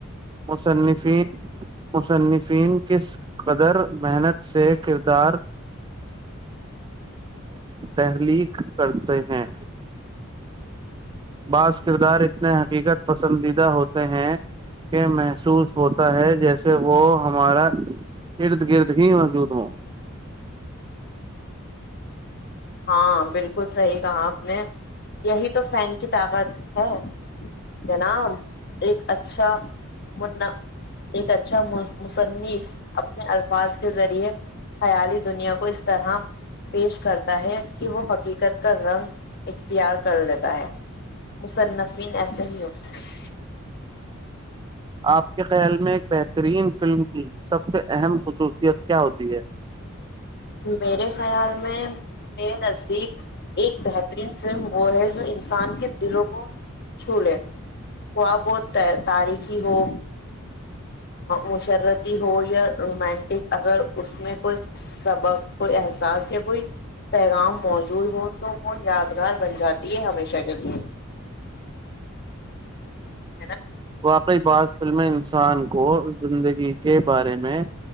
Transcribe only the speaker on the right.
مصنفین مصنفین کس قدر محنت سے کردار تحلیق کرتے ہیں بعض کردار اتنے حقیقت پر پسندیدہ ہوتے ہیں کے محسوس ہوتا ہے جیسے وہ ہمارا ارد گرد ہی موجود ہو
آپ کے خیال میں ایک بہترین فلم کی سب سے اہم خصوصیت کیا ہوتی ہے
واقعی ب سلمین انسان کو زندگی کے بارے میں